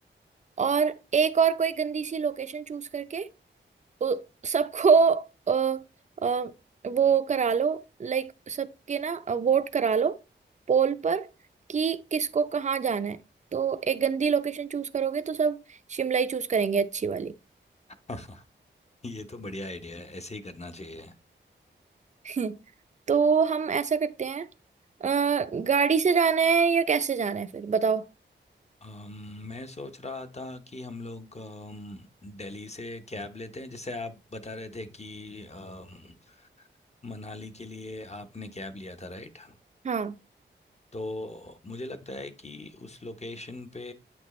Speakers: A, on the right; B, on the left.
A: और एक और कोई गंदी सी लोकेशन चूज करके उ- सबको अ, अ, वो करा लो लाइक सबके ना वोट करा लो पोल पर कि किसको कहाँ जाना है तो एक गंदी लोकेशन चूज करोगे तो सब शिमला ही चूज करेंगे अच्छी वाली
B: <laughs> ये तो बढ़िया आइडिया है ऐसे ही करना चाहिए
A: <laughs> तो हम ऐसा करते हैं अ, गाड़ी से जाना है या कैसे जाना है फिर बताओ
B: अम, मैं सोच रहा था कि हम लोग अम, दिल्ली से कैब लेते हैं जैसे आप बता रहे थे कि अम, मनाली के लिए आपने कैब लिया था राइट
A: हाँ
B: तो मुझे लगता है कि उस लोकेशन पे